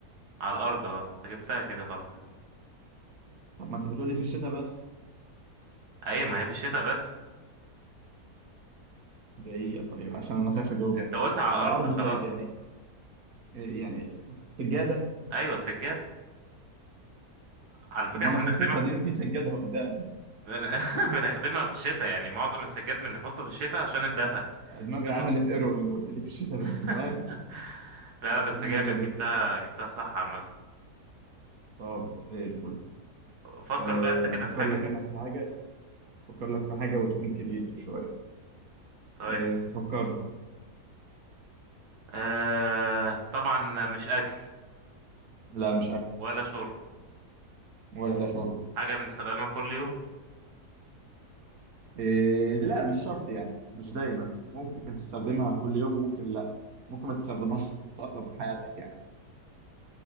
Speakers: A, on the right; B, on the right.
A: على الارض اه انت جبتها كده خلاص
B: طب ما انت بتقولي في الشتاء بس
A: ايوه ما هي في الشتاء بس
B: دقيقة طيب عشان انا خايف اجاوبها
A: انت قلت على
B: على
A: الارض
B: الارض
A: خلاص
B: طيب يعني آه، يعني سجادة
A: ايوه سجاد على فكره
B: طب ما
A: احنا
B: انا في
A: بنخدمها
B: الصيف دي
A: في...
B: وفي سجادة قدامي
A: بن- <laughs> بنخدمها في الشتاء يعني معظم السجاد بنحطه في الشتاء عشان الدفا
B: اه دماغي
A: عشان-
B: عملت ايرور لما قلت لي في الشتاء
A: <laughs>
B: بس فاهم
A: لا لا
B: بس
A: بس
B: الحمد
A: جامد
B: لله جاوبت
A: جبتها
B: في الاخر
A: جبتها صح عامه
B: طب زي الفل
A: فكر
B: آه،
A: بقى انت كده
B: افكر
A: في حاجه
B: لك انا في حاجه افكر لك في حاجه وتكون كرييتيف شويه
A: طيب
B: آه، فكرت
A: آه... طبعا مش اكل
B: لا مش اكل
A: ولا شرب
B: ولا شرب
A: حاجه بنستخدمها كل يوم
B: آه، لا مش شرط يعني مش دايما ممكن تستخدمها كل يوم وممكن لا ممكن ما تستخدمهاش اصلا في حياتك يعني